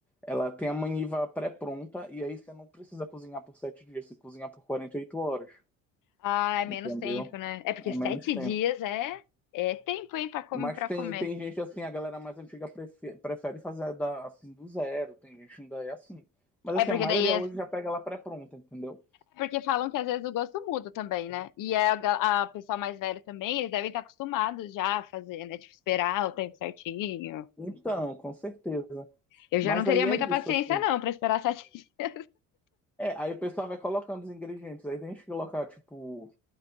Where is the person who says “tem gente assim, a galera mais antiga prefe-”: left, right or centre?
Centre